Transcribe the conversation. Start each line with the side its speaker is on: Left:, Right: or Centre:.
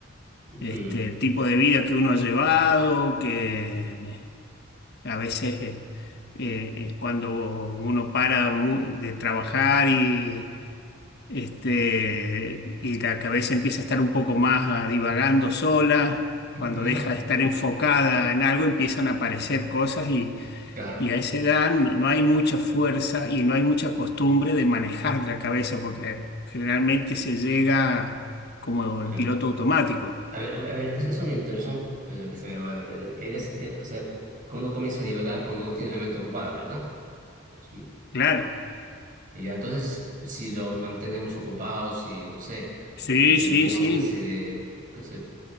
Right: ujú,
Left: este, el tipo de vida que uno ha llevado, que a veces eh, eh, cuando uno para mu- de trabajar y este, y la cabeza empieza a estar un poco más ah, divagando sola,
Right: ujú.
Left: cuando deja de estar enfocada en algo, empiezan a aparecer cosas y,
Right: Claro.
Left: y a esa edad no, no hay mucha fuerza y no hay mucha costumbre de manejar la cabeza, porque generalmente se llega como
Right: Eh,
Left: en piloto automático.
Right: A ver, a ver, eso eso me interesó. Eh, se me va- Eres, eh, o sea, uno comienza a divagar cuando no tiene la mente ocupada, ¿verdad? Es un-
Left: Claro,
Right: Y ya, entonces, si lo mantenemos ocupado, si, no sé, que
Left: sí,
Right: le incentivamos
Left: sí, sí,
Right: que se, que se,